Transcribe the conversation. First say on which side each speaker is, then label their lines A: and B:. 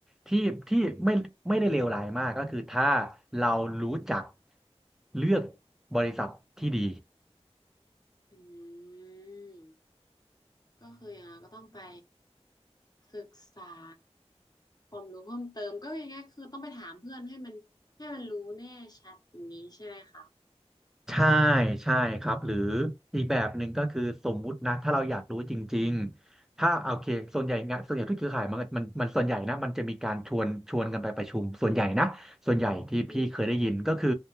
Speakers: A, in the centre; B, on the left (about 35°).
A: ที่ที่ไม่ไม่ได้เลวร้ายมากก็คือถ้าเรารู้จักเลือกบริษัทที่ดี
B: อืมก็คืออย่างนั้นก็ต้องไปศึกษาความรู้เพิ่มเติมก็อยางไงคือต้องไปถามเพื่อนให้มันให้มันรู้แน่ชัดอย่างนี้ใช่ไหมคะ
A: ใช่ใช่ครับหรืออีกแบบหนึ่งก็คือสมมุตินะถ้าเราอยากรู้จริงๆถ้าโอเคส่วนใหญ่งานส่วนใหญ่ทุกเครือข่ายมันมันมันส่วนใหญ่นะมันจะมีการชวนชวนกันไปประชุมส่วนใหญ่นะส่วนใหญ่ที่พี่เคยได้ยินก็คือ
B: อืม